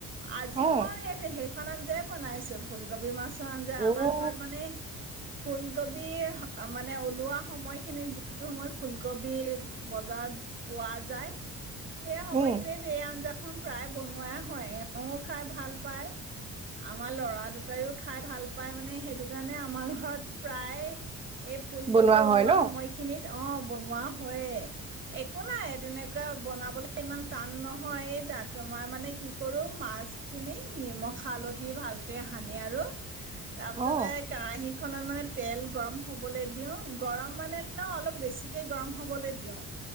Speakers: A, on the right; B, on the right.
A: আজিও
B: অ
A: মই সেইখন সেখন আঞ্জায়ে বনাইছো ফুলকবি মাছ আঞ্জা
B: অ
A: আমাৰ ঘৰত মানে ফুলকবি কবি মানে ওলোৱা সময়খিনিত যিটো সময়ত ফুলকবি বজাৰত পোৱা যায় সেই সময়খিনিত
B: উম
A: এই আঞ্জাখন প্ৰায় বনোৱাই হয় এওঁ খাই ভাল পায় আমাৰ লৰা দুটাইও খাই ভাল পায় মানে সেইটো কাৰণে আমাৰ ঘৰত প্ৰায় এ এই ফুলকবি
B: বনোৱা
A: ওলোৱা
B: হয় ন
A: সময়খিনিত অ বনোৱা হয়ে একো নাই তেনেকুৱা বনাবলে ইমান টান নহয় এই দা তোমাৰ মানে কি কৰো মাছখিনি নিমখ হালধি ভালকে সানি আৰু তাৰপিছতে
B: অ
A: কেৰাহী খনত মানে তেল গৰম হ'বলৈ দিওঁ গৰম মানে ন অলপ বেছিকৈ গৰম হ'বলৈ দিওঁ